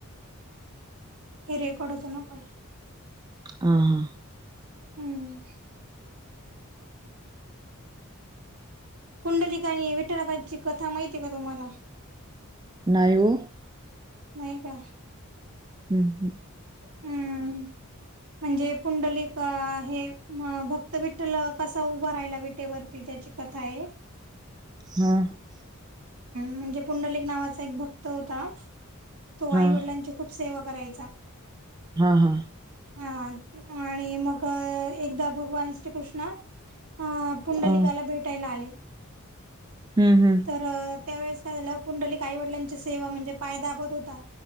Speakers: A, on the right; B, on the right.
A: हे रेकॉड होतो ना कॉल.
B: हा हा.
A: हम्म. पुंडलिक आणि विठलकांची कथा माहीते का तुम्हाला?
B: नाही ओ.
A: नाही का?
B: हं, हं.
A: हम्म. म्हणजे पुंडलिक हे म भक्त विठल कसा उभा राहिला विटेवरती. त्याची कथाये.
B: ह.
A: म्हणजे पुंडलिक नावाचा एक भक्त होता. तो
B: हां,
A: आई वडिलांची खूप सेवा करायचा.
B: हां, हां.
A: हा आणि मग एकदा भगवान श्रीकृष्ण अ पुंडलिकाला
B: अ,
A: भेटायला आले
B: हम् हम्
A: तर त्यावेेळेस काय झालं पुंडलिक आई वडिलांची सेवा म्हणजे पाय दाबत होता